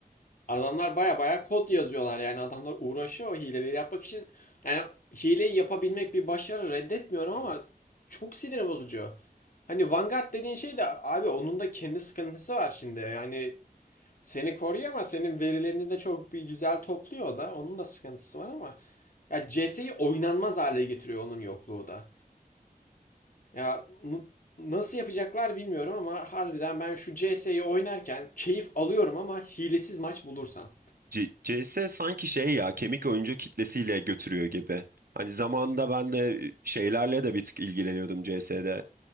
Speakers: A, on the left; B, on the right.
A: Adamlar baya baya kod yazıyorlar yani adamlar uğraşıyor o hileleri yapmak için. Yani hileyi yapabilmek bir başarı reddetmiyorum ama çok sinir bozucu. Hani Vanguard dediğin şey de abi onun da kendi sıkıntısı var şimdi. Yani Seni koruyor ama senin verilerini de çok bir güzel topluyor o da. Onun da sıkıntısı var ama. Ya CS'yi oynanmaz hale getiriyor onun yokluğu da. Ya nasıl yapacaklar bilmiyorum ama harbiden ben şu CS'yi oynarken keyif alıyorum ama hilesiz maç bulursam.
B: C- CS sanki şey ya kemik oyuncu kitlesiyle götürüyor gibi. Hani zamanında ben de e, şeylerle de bir tık ilgileniyordum C CS'de.